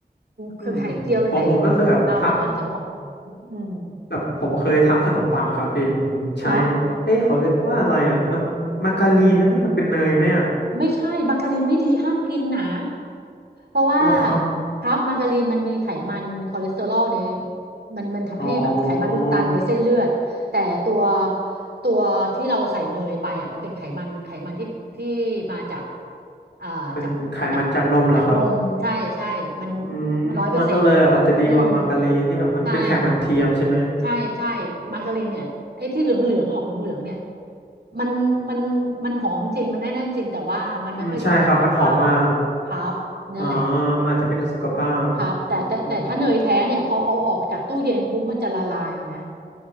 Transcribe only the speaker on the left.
อืมผมผมก็เคยแบบทำ
แบบผมเคยทำขนมปังอะครับพี่ผมใช้
เอ้ยเขาเรียกว่าอะไรอะมันมาการีนนะนี่มันเป็นเนยไหมอะ
เหรอครับ
อ๋อ
เป็นไขมันจากนมเหรอครับ
อืมมันก็เลยแบบอาจจะดีกว่ามาการีนที่แบบมันเป็นไขมันเทียมใช่ไหม
อืมใช่ครับมันหอมมาก
อ๋อมันอาจจะไม่ดีต่อสุขภาพอืม